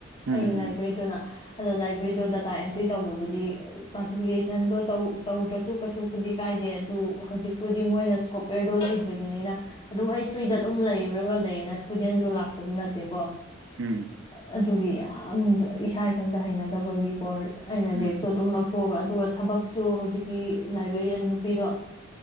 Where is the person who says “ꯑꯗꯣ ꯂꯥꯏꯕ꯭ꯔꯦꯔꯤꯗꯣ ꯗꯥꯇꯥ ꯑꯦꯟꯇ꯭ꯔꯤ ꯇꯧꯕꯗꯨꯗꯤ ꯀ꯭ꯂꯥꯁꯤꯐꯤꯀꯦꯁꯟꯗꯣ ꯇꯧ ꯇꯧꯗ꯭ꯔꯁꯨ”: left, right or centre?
Left